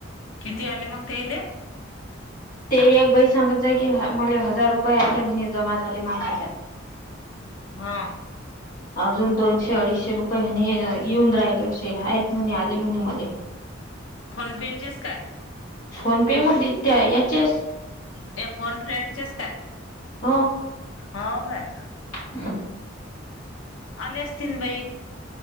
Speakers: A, on the left (about 85°); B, on the left (about 45°).
A: किती आले मग तेले?
B: ते एक बाई सांगत जाय की मला हजार रुपये आले महिने जमा झाले मा खात्यात.
A: हा
B: अजून दोनशे अडीचशे रुपये आणि येऊन राहातेवे आहेत म्हणे आले म्हणे मले.
A: फोन पे चेच काय?
B: फोन पे मध्ये त्या याचेस
A: ते फोन फ्रेंडचेस काय?
B: हो
A: हो काय
B: हम्म.
A: आले आसतीन बाई.